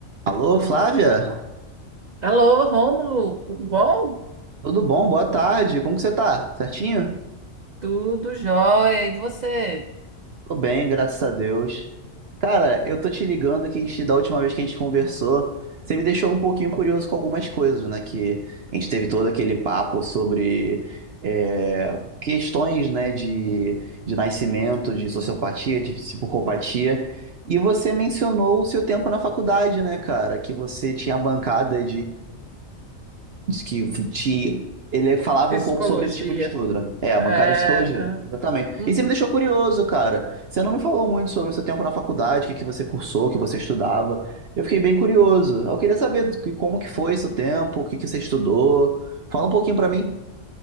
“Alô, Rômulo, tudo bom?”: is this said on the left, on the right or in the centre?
Right